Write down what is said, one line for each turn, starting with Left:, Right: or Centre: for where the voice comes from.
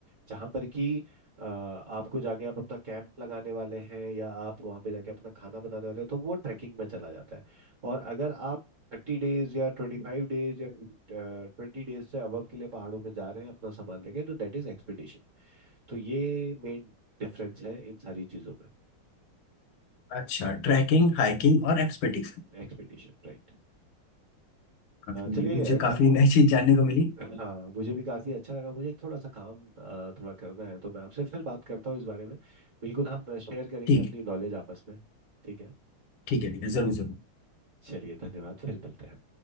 Right: जहां पर कि अ, आपको जाके आप अपना कैंप लगाने वाले हैं या आप वहां पे जाके अपना खाना बनाने वाले हैं तो वो ट्रैकिंग में चला जाता है और अगर आप थर्टी डेज या ट्वेंटी फाइव डेज या ट्वेंटी डेज से अबव के लिए पहाड़ों में जा रहे हैं अपना सामान लेके तो दैट इज एक्सपीडिशन तो ये मेन डिफरेंस है इन सारी चीजों में
Left: अच्छा ट्रैकिंग हाइकिंग और एक्सपेडिशन
Right: Expedition right
Left: काफी
Right: चलिए
Left: मुझे
Right: ख-
Left: काफी नई चीज जानने को मिली
Right: हाँ मुझे भी काफी अच्छा लगा मुझे एक थोड़ा सा काम अ, थोड़ा करना है तो मैं आपसे फिर बात करता हूँ इस बारे में बिल्कुल हम शेयर करेंगे
Left: ठीक
Right: अपनी
Left: है
Right: नॉलेज आपस में ठीक है
Left: ठीक है ठीक है जरूर जरूर
Right: चलिए धन्यवाद फिर मिलते हैं